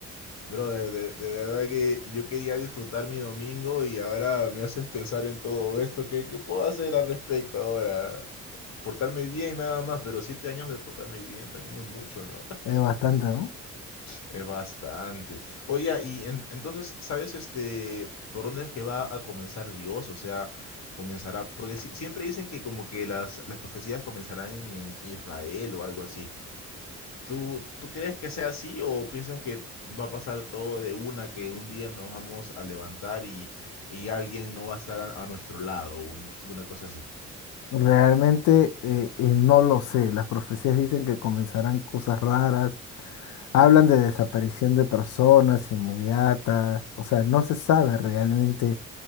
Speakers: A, on the left (about 60°); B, on the left (about 75°).
A: Brother, de, de verdad que yo quería disfrutar mi domingo y ahora me haces pensar en todo esto. ¿Qué, qué puedo hacer al respecto ahora? Portarme bien nada más, pero siete años de portarme bien también es mucho, ¿no? <laughs>
B: Es bastante, ¿no?
A: Es bastante. Oye, y en- entonces, ¿sabes este por dónde es que va a comenzar Dios? O sea, comenzará, porque si- siempre dicen que como que las, las profecías comenzarán en, en Israel o algo así. ¿Tú, tú crees que sea así o piensas que va a pasar todo de una, que un día nos vamos a levantar y, y alguien no va a estar a, a nuestro lado, un- una cosa así?
B: Realmente eh, eh, no lo sé. Las profecías dicen que comenzarán cosas raras. Hablan de desaparición de personas inmediatas. O sea, no se sabe realmente